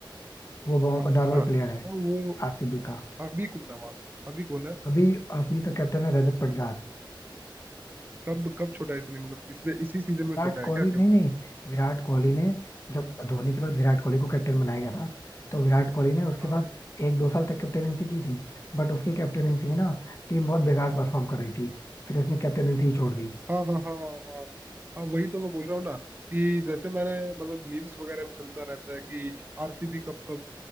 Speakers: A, on the left (about 35°); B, on the right (about 20°).
A: वो
B: अच्छा
A: नॉर्मल
B: और
A: प्लेयर है
B: वो
A: आरसीबी का
B: अभी कौन है वहाँ अभी कौन है
A: अभी आरसीबी का कैप्टन है रजत पाटीदार
B: कब कब छोटा है इसने मतलब पिछले इसी सीजन में
A: विराट
B: छोटा
A: कोहली
B: है क्या
A: नहीं नहीं विराट कोहली ने जब धोनी के बाद विराट कोहली को कैप्टन बनाया गया था तो विराट कोहली ने उसके
B: हाँ
A: बाद एक दो साल तक कैप्टनसी की थी बट उसके कैप्टनसी में ना टीम बहुत बेकार परफॉर्म कर रही थी फिर उसने कैप्टनसी ही छोड़ दी
B: हाँ हाँ हाँ हाँ हाँ वही तो मैं बोल रहा हूँ ना कि जैसे मैंने मतलब मीम्स वगैरह में चलता रहता है कि आरसीबी कब कब